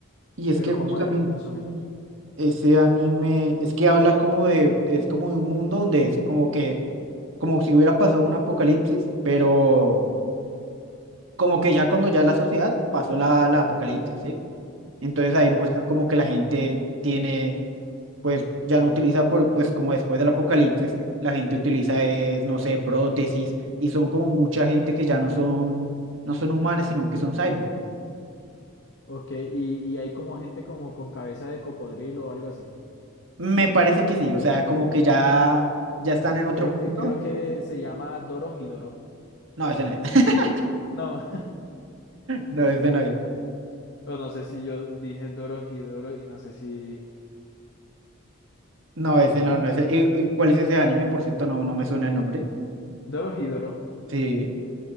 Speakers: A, on the right; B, on the left.
A: Y es
B: pero
A: que justamente
B: cómo era, más o menos.
A: ese anime, es que habla como de, es como de un mundo donde es como que, como si hubiera pasado un apocalipsis, pero como que ya cuando ya la sociedad pasó la, la apocalipsis, ¿sí? Entonces
B: Ok,
A: ahí muestran como que la gente tiene, pues ya no utiliza, por, pues como después del apocalipsis, la gente utiliza, es, no sé, prótesis y son como mucha gente que ya no son, no son humanos, sino que son cyborgs.
B: ok, y, y hay como gente como con cabeza de cocodrilo o algo así.
A: Me parece que sí, o sea, como que ya, ya están en otro
B: Creo,
A: punto.
B: eh, creo que se llama Dorohedoro.
A: No, ese no es. <laughs>
B: No, <laughs>
A: No, ese no es.
B: o no sé si yo dije Dorohedoro y no sé si...
A: No, ese
B: Eh,
A: no, no es. el- ¿Y, y cuál es ese anime? Por cierto, no, no me suena el nombre.
B: Dorohedoro
A: Sí.